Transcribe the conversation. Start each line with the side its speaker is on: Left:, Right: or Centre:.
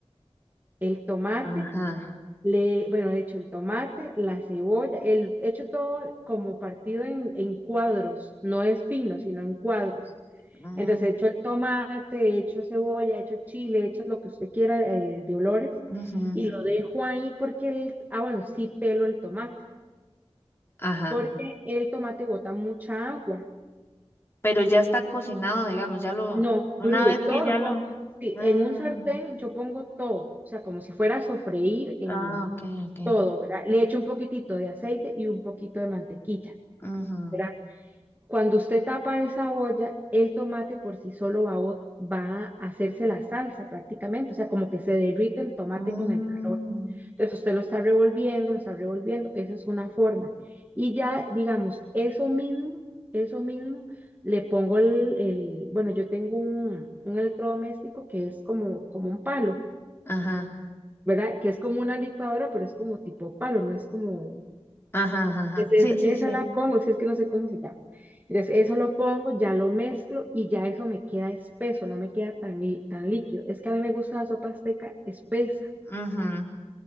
Right: El tomate
Left: ajá.
Right: Le, bueno, le echo el tomate, la cebolla, el, echo todo como partido en, en cuadros, no es fino, sino en cuadros.
Left: mm,
Right: Entonces echo el tomate, echo cebolla, echo chile, echo lo que usted quiera eh, de olores
Left: ujú,
Right: y lo dejo ahí porque, el, ah, bueno, sí pelo el tomate,
Left: Ajá.
Right: porque el tomate bota mucha agua.
Left: Pero ya está cocinado, digamos, ya lo,
Right: No,
Left: una
Right: crudo,
Left: vez
Right: todo
Left: que ya
Right: lo
Left: lo,
Right: pongo. Sí,
Left: Ah,
Right: en un sartén yo pongo todo, o sea, como si fuera a sofreír el,
Left: ah, ok, ok.
Right: todo, ¿verdad? Le echo un poquitito de aceite y un poquito de mantequilla,
Left: ujú,
Right: ¿verdad? Cuando usted tapa esa olla, el tomate por sí solo va, a bot- va a hacerse la salsa prácticamente, o sea, como que se derrite el tomate
Left: mm,
Right: con el calor. Entonces usted lo está revolviendo, lo está revolviendo, esa es una forma. Y ya, digamos, eso mismo, eso mismo, le pongo el, el- bueno, yo tengo un, un electrodoméstico que es como, como un palo,
Left: Ajá,
Right: ¿verdad? Que es como una licuadora, pero es como tipo palo, no es como
Left: ajá, ajá. ajá,
Right: Entonces,
Left: sí, sí,
Right: esa
Left: sí.
Right: la pongo, si es que no sé cómo se llama. Entonces, eso lo pongo, ya lo mezclo y ya eso me queda espeso, no me queda tan, lí- tan líquido. Es que a mí me gusta la sopa azteca espesa.
Left: ujú,